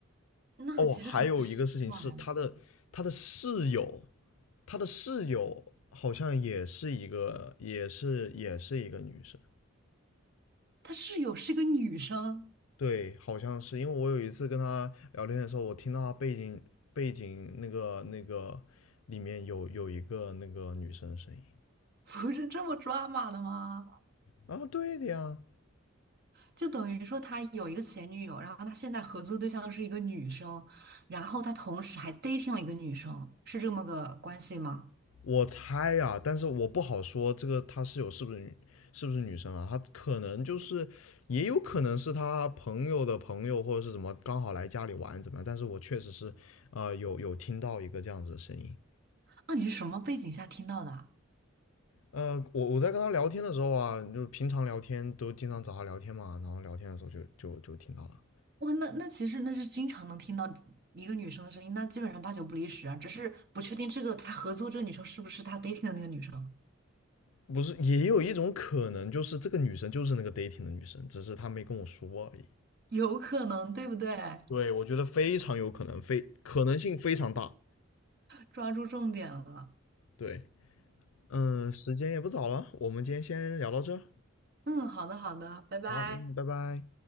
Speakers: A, on the right; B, on the left.
A: 那其实很奇怪哦，
B: 哦，还有一个事情是他的他的室友，他的室友好像也是一个也是也是一个女生，
A: 他室友是个女生，
B: 对，好像是因为我有一次跟他聊天的时候，我听到他背景背景那个那个里面有有一个那个女生的声音
A: 不是这么抓马的吗？
B: 啊，对的呀。
A: 就等于说他有一个前女友，然后他现在合作对象是一个女生，然后他同时还 dating 了一个女生，是这么个关系吗？
B: 我猜啊，但是我不好说这个她室友是不是女是不是女生啊？她可能就是，也有可能是她朋友的朋友或者是怎么刚好来家里玩怎么样？但是我确实是，呃，有有听到一个这样子的声音。
A: 那你是什么背景下听到的啊
B: 呃，我我在跟她聊天的时候啊，就平常聊天都经常找她聊天嘛，然后聊天的时候就就就听到了。
A: 哇，那那其实那是经常能听到一个女生的声音，那基本上八九不离十啊，只是不确定这个他合作这个女生是不是他 dating 的那个女生，
B: 不是，也有一种可能就是这个女生就是那个 dating 的女生，只是她没跟我说而已。
A: 有可能，对不对？
B: 对，我觉得非常有可能，非可能性非常大。
A: 抓住重点了。
B: 对。嗯，时间也不早了，我们今天先聊到这儿
A: 嗯，好的好的，拜拜。
B: 好，嗯，拜拜。